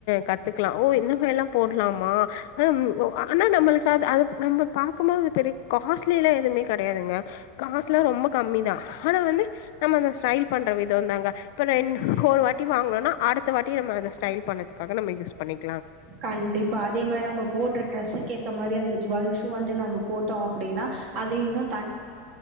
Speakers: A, on the left; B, on the right.
A: கத்துக்கலாம் ஓ இந்த மாரி எல்லாம் போடலாமா ஹம் ஆனா நம்மளுக்கு அது அது நம்ம பாக்கும் போது பெரிய காஸ்ட்லி எல்லாம் எதுவுமே கெடையாதுங்க காசுல்லாம் ரொம்ப கம்மி தான் ஆனா வந்து நம்ம அந்த ஸ்டைல் பண்ற விதம் தாங்க இப்ப ந ஒரு வாட்டி வாங்கணும்னா அடுத்த வாட்டிநம்ம அதை ஸ்டைல் பண்றதுக்காக நம்மயூஸ் பண்ணிக்
B: கண்டிப்பா அதே மாரி நம்ம போடுற டிரரெஸுக்கு ஏத்த மாதிரி அந்த ஜுவல்ஸ் வந்து நம்ம போட்டோம் அப்டின்னா அது இன்னும்